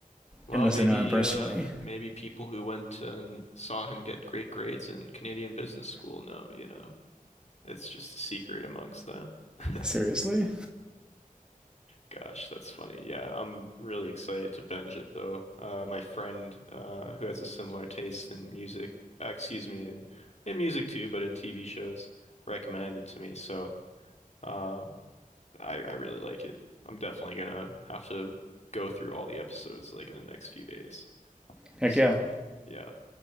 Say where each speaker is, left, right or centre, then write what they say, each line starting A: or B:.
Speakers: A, on the left; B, in the centre.
A: Well,
B: unless
A: maybe
B: they know him personally
A: uh maybe people who went and saw him get great grades in Canadian business school know, you know. It's just a secret amongst them. <laughs>
B: seriously
A: Gosh, that's funny. Yeah, I'm really excited to binge it though. Uh, my friend uh, who has a similar taste in music, uh, excuse me, in in music too, but in TV shows, recommended to me. So uh, I I really like it. I'm definitely gonna have to go through all the episodes like in the next few days.
B: heck
A: So
B: yeah
A: yeah.